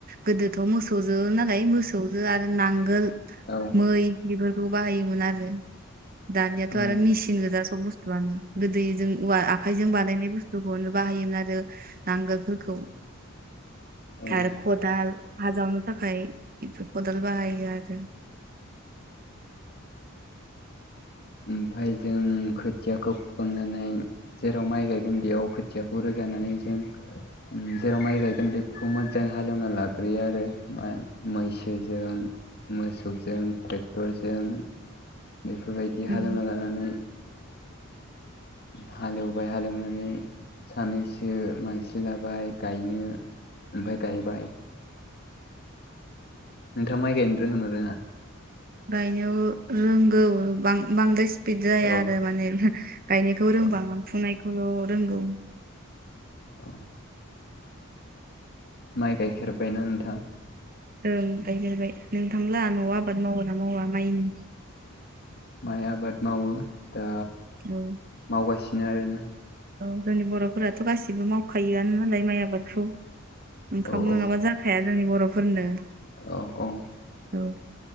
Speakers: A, on the right; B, on the left.
A: गोदोथ' मोसौजो नालाय मोसौजो आरो नांगोल
B: औ
A: मै बेफोर खौ बाहायोमोन आरो दानियाथ'
B: औ
A: आरो मेचन गोजा सब बुस्थुआनो गोदै जों औवा आखायजों बानायनाय बुस्थुखौनो बाहायोमोन आरो नांगोलफोरखौ
B: औ।
A: आरो खदाल हाजावनो थाखाय खदाल बाहायो आरो।
B: ओमफ्राय जों खोथियाखौ फुखांनानै जेराव माइ गायगोन बेयाव खोथियाखौ रोग माइ गनानै जों उम जेराव माइ गायगोन बेखौ मोजाङै हालेवना लाग्रोयो आरो। मा मैसोजों मोसौजों ट्रेक्टरजों बेफोरबायदि
A: उम
B: हालेवना लानानै हालेवबाय हालेवनानै सानैसो मानसिलाबाय गायनो ओमफ्राय गायबाय। नोंथाङा माइ गायनो रोंओ ना रोङा?
A: गायनायाव रोंगौ बां बांद्राय सि फिद जाया
B: औ
A: आरो माने गायनायखौ रोंबा
B: औ
A: आ फुनायखौल' रोंगौ।
B: औ। माइ गायखेरबायना नोंथां?
A: ओं गायगेरबाय नोंथांब्ला न'आव आबाद मावो ना मावा माइनि?
B: माइ आबाद मावो दा
A: औ
B: मावगासिनो आरोना।
A: औ जोंनि बर'फोराथ' गासिबो मावखायोआनो नालाय माइ आबादखौ। ओंखाम
B: औ
A: नङाबा
B: औ
A: जाखाया जोंनि बर'फोरनो।
B: औ औ।
A: औ